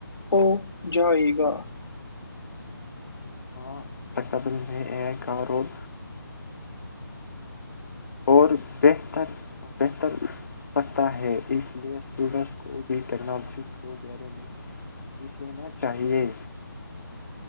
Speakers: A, on the left (about 85°); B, on the left (about 50°).
A: ہو جائے گا
B: آ متکبل میں کاارول اور بہتر بہتر سکتا ہے اس لیے اسٹوڈینٹس کو بھی ٹیکنالوجی کے بارے میں سیکھ لینا چاہیے